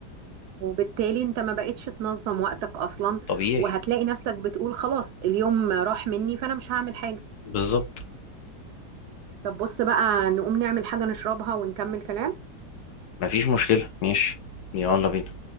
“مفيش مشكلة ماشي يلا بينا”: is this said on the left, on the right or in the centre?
Left